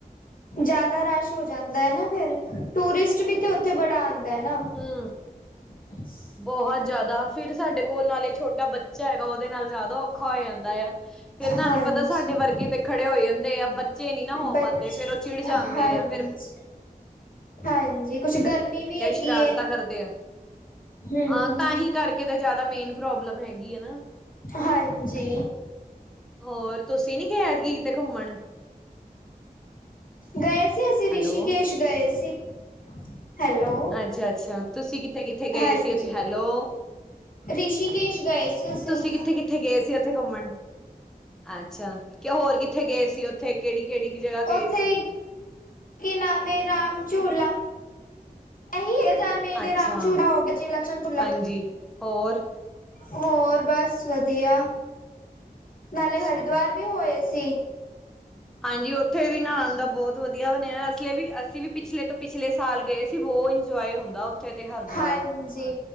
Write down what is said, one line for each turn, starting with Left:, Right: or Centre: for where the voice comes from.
Left: ਜ਼ਿਆਦਾ ਰਸ਼ ਹੋ ਜਾਂਦਾ ਏ ਨਾ ਫੇਰ ਟੂਰਿਸਟ ਵੀ ਤੇ ਉੱਥੇ ਬੜਾ ਆੰਦਾ ਏ ਨਾ
Centre: ਹਾਂ
Left: <unintelligible>
Centre: ਬਹੁਤ ਜ਼ਿਆਦਾ ਫਿਰ ਸਾਡੇ ਕੋਲ ਨਾਲੇ ਛੋਟਾ ਬੱਚਾ ਹੈਗਾ ਉਹਦੇ ਨਾਲ ਜ਼ਿਆਦਾ ਔਖਾ ਹੋ ਜਾਂਦਾ ਆ ਫੇਰ ਤੁਹਾਨੂੰ
Left: ਹਾਂਜੀ
Centre: ਪਤਾ ਸਾਡੇ ਵਰਗੇ ਤੇ ਖੜੇ ਹੋਏ ਜਾੰਦੇ ਆ ਬਚੇ ਨੀ ਨਾ ਹੋ
Left: ਬਚ
Centre: ਪਾੰਦੇ ਫੇਰ, ਉਹ ਚਿੜ ਜਾਂਦੇ
Left: ਹਾਂਜੀ
Centre: ਆ ਫਿਰ
Left: ਹਾਂਜੀ, ਕੁਛ ਗਰਮੀ ਵੀ ਹੈਗੀ
Centre: ਸ਼ਰਾਰਤਾ
Left: ਏ
Centre: ਕਰਦੇ ਆ
Left: ਹਮ
Centre: ਹਾਂ ਤਾਂ ਹੀ ਕਰਕੇ ਤਾਂ ਜ਼ਿਆਦਾ ਮੇਨ ਪ੍ਰੋਬਲਮ ਹੈਗੀ ਏ ਨਾ
Left: ਹਾਂਜੀ
Centre: ਹੋਰ ਤੁਸੀਂ ਨੀ ਗਏ ਐਤਕੀ ਕਿਤੇ ਘੁੰਮਣ
Left: ਗਏ ਸੀ ਅਸੀਂ ਰਿਸ਼ੀਕੇਸ਼
Centre: ਹੈਲੋ
Left: ਗਏ ਸੀ, ਹੈਲੋ।
Centre: ਅੱਛਾ-ਅੱਛਾ, ਤੁਸੀਂ ਕਿੱਥੇ-ਕਿੱਥੇ ਗਏ
Left: ਹਾਂਜੀ
Centre: ਸੀ ਉੱਥੇ, ਹੈਲੋ
Left: ਰਿਸ਼ੀਕੇਸ਼ ਗਏ ਸੀ ਅਸੀਂ।
Centre: ਤੁਸੀ ਕਿੱਥੇ-ਕਿੱਥੇ ਗਏ ਸੀ ਉੱਥੇ ਘੁੰਮਣ, ਅੱਛਾ ਕਿ ਹੋਰ ਕਿੱਥੇ ਗਏ ਸੀ ਉੱਥੇ ਕਿਹੜੀ ਕਿਹੜੀ ਕਿ ਜਗ੍ਹਾ ਗਏ
Left: ਉੱਥੇ
Centre: ਸੀ?
Left: ਕੀ ਨਾਮ ਏ ਇਹਦਾ ਝੂਲਾ ਇਹੀ ਹੈ ਜਾਦਾ ਮੇਨ ਤੇ
Centre: ਅੱਛਾ
Left: ਰਾਮ ਚੂਲਾ ਹੋ ਗਿਆ, ਜਿਵੇ ਲਛਮਣ ਚੂਲਾ
Centre: ਹਾਂਜੀ ਹੋਰ
Left: ਹੋਰ, ਬਸ ਵਧੀਆ, ਨਾਲੇ
Centre: ਅੱਛਾ
Left: ਹਰਿਦੁਵਾਰ ਵੀ ਹੋ ਆਏ ਸੀ
Centre: ਹਾਂਜੀ, ਉੱਥੇ ਵੀ ਨਾਨ ਦਾ ਬਹੁਤ ਵਦੀਆ ਬਨਿਆ ਅਸਲੇ ਵੀ ਅਸੀਂ ਵੀ ਪਿਛਲੇ ਤੋਂ ਪਿਛਲੇ ਸਾਲ ਗਏ ਬਹੁਤ ਇੰਜੋਏ ਹੁੰਦਾ ਉੱਥੇ ਤੇ ਹਰਿਦੁਆਰ
Left: ਹਾਂਜੀ,